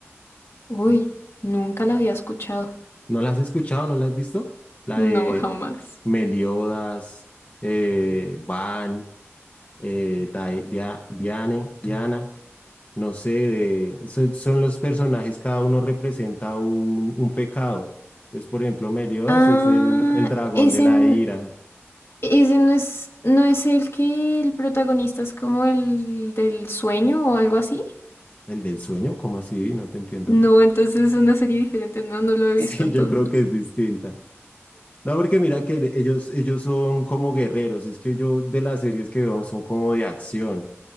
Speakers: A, on the left; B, on the left.
A: Uy, nunca la había escuchado.
B: ¿No la has escuchado? ¿No la has visto? La
A: No,
B: de...
A: jamás.
B: Meliodas, eh, Van, eh, Dai- Dia- Diane, Diana, no sé, de, son, son los personajes, cada uno representa un, un pecado. Entonces, por ejemplo, Meliodas
A: Ah,
B: es el, el dragón
A: ese,
B: de la
A: n-
B: ira,
A: ese no es, no es el que el protagonista es como el del sueño o algo así.
B: el del sueño, ¿cómo así? No te entiendo.
A: No, entonces es una serie diferente. No, no lo
B: <laughs>
A: he visto
B: Sí,
A: entonces.
B: yo creo que es distinta. No, porque mira que ellos, ellos son como guerreros, es que yo de las series que veo son como de acción.